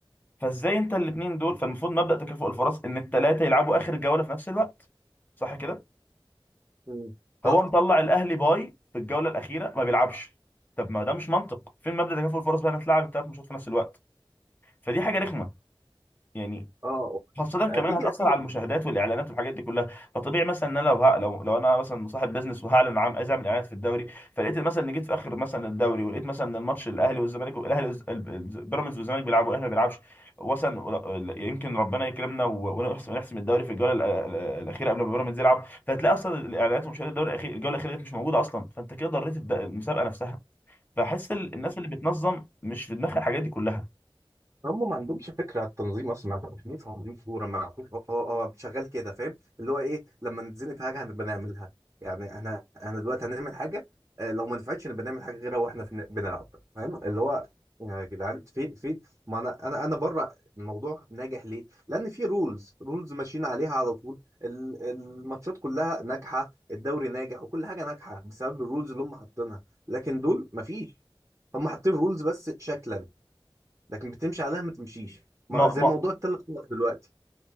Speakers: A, on the left; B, on the right.
A: فازاي انت الاثنين دول فالمفروض مبدا تكافؤ الفرص ان الثلاثه يلعبوا اخر جوله في نفس الوقت صح كده
B: مم.
A: هو
B: صح
A: مطلع الاهلي باي في الجوله الاخيره ما بيلعبش طب ما ده مش منطق فين مبدا تكافؤ الفرص بقى إنك تلعب الثلاث ماتشات في نفس الوقت فدي حاجه رخمه يعني
B: اه
A: خاصة كمان
B: هتيجي
A: هتأثر
B: اكيد
A: على المشاهدات والإعلانات والحاجات دي كلها، فطبيعي مثلا إن أنا لو ه... لو لو أنا مثلا صاحب بيزنس وهعلن عن عايز أعمل إعلانات في الدوري، فلقيت مثلا إن جيت في آخر مثلا الدوري ولقيت مثلا إن الماتش الأهلي والزمالك الأهلي والز- ال- ال- بيراميدز والزمالك بيلعبوا والأهلي ما بيلعبش، مثلا ول- يمكن ربنا يكرمنا و- ونحسم نحسم الدوري في الجولة ال- ال- الأخيرة قبل ما بيراميدز يلعب، فهتلاقي أصلا الإعلانات ومشاهدات الدوري الأخير الجولة الأخيرة دي مش موجودة أصلا، فأنت كده ضريت الد- المسابقة نفسها، فحس ال- الناس اللي بتنظم مش في دماغها الحاجات دي كلها.
B: هم ما عندهمش فكره على التنظيم اصلا ما عندهمش فكرة تنظيم كوره ما عندهمش هو هو شغال كده فاهم اللي هو ايه لما نتزنق في حاجه هنبقى نعملها يعني احنا احنا دلوقتي هنعمل حاجه آه، لو ما نفعتش نبقى نعمل حاجه غيرها واحنا في- بنلعب فاهم اللي هو يا جدعان فين فين ما انا انا انا بره الموضوع ناجح ليه؟ لان في رولز رولز ماشيين عليها على طول ال- الماتشات كلها ناجحه الدوري ناجح وكل حاجه ناجحه بسبب الرولز اللي هم حاطينها لكن دول مفيش هم حاطين رولز بس شكلا لكن بتمشي عليها ما تمشيش
A: ما
B: ما زي
A: ما
B: موضوع الثلاث نقط دلوقتي